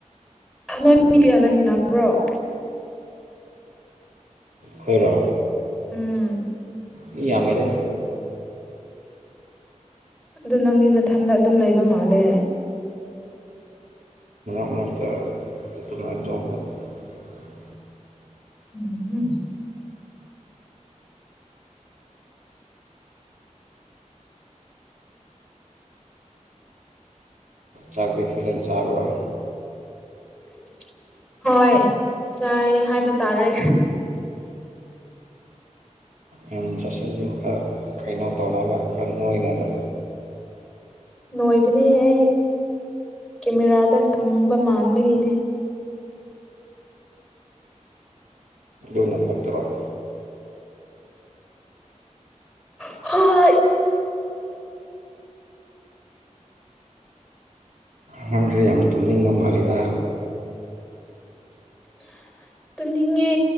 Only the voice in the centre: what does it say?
ꯅꯣꯏ ꯃꯤ ꯀꯌꯥ ꯂꯩꯃꯤꯟꯅꯕ꯭ꯔꯣ
ꯎꯝ
ꯑꯗꯨ ꯅꯪꯗꯤ ꯅꯊꯟꯗ ꯑꯗꯨꯝ ꯂꯩꯕ ꯃꯥꯜꯂꯦ
<unintelligible>
<inaudible> ꯍꯣꯏ ꯆꯥꯏ ꯍꯥꯏꯕ ꯇꯥꯔꯦ
ꯅꯣꯏꯕꯅꯤ ꯑꯩ ꯀꯦꯃꯦꯔꯥꯗ ꯀꯪꯕ ꯃꯥꯟꯕꯒꯤꯅꯤ
ꯍꯣꯏ
<inaudible> ꯇꯨꯝꯅꯤꯡꯉꯦ